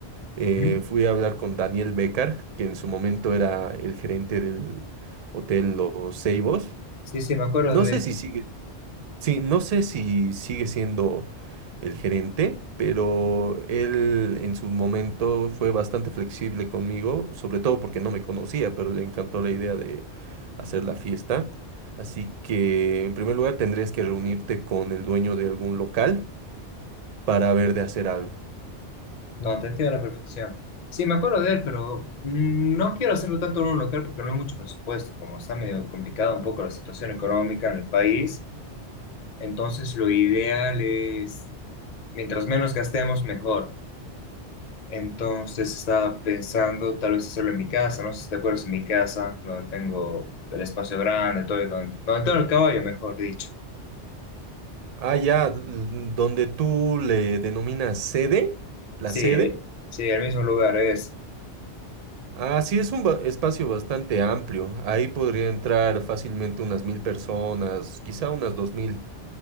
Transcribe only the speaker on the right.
eh,
fui a hablar con Daniel Becar, que en su momento era el gerente del hotel Los Ceibos.
No sé si sigue Sí, no sé si sigue siendo el gerente, pero él en su momento fue bastante flexible conmigo, sobre todo porque no me conocía, pero le encantó la idea de hacer la fiesta. Así que en primer lugar tendrías que reunirte con el dueño de algún local para ver de hacer algo.
Ah, ya, l- donde tú le denominas sede, la
sede.
Ah, sí, es un ba- espacio bastante amplio. Ahí podría entrar fácilmente unas mil personas, quizá unas dos mil.